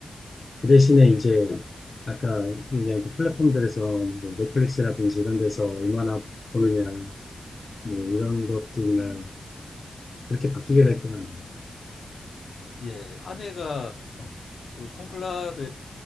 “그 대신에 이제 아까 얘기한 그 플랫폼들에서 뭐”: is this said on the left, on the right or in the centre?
Left